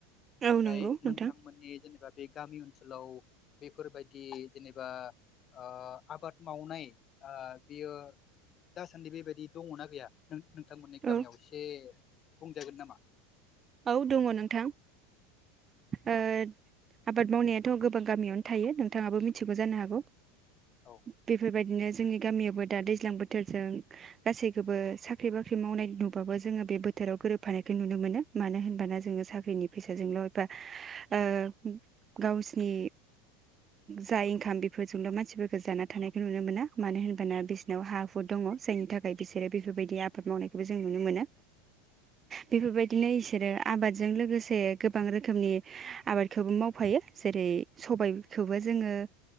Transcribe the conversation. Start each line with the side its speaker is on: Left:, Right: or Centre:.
Left: ओमफ्राय
Right: औ नंगौ नोंथां
Left: नोंथांमोननि जेनेबा बे गामि ओनसोलाव नोंथांमोननि गामियाव
Right: औ
Left: एसे बुंजागोन नामा?
Right: औ दङ नोंथां।
Left: औ
Right: ओ आबाद मावनायाथ' गोबां गामियावनो थायो नोंथाङाबो मिथिगौ जानो हागौ।
Left: औ
Right: बेफोरबाद बिदिनो जोंनि गामियावो दा दैज्लां बोथोरजों गासैखौबो साख्रि बाख्रि मावनाय नुबाबो जोङो बे बोथोराव गोरोबफानायखौ नुनो मोनो। मानो होनबाना जोङो साख्रिनि फैसाजोंल' एबा ओ गावसिनि जा इनकाम बेफोरजोंल' मानसिफोरखौ जाना थानायखौ नुनो मोना मानो होनबाना बिसिनाव हा हु दङ जायनि थाखाय बिसोरो बेफोरबायदि आबाद मावनायखौबो जों नुनो मोनो। बेफोरबायदि बिदिनो इसोरो आबादजों लोगोसे गोबां रोखोमनि आबादखौबो मावफायो जेरै सबायखौबो जोङो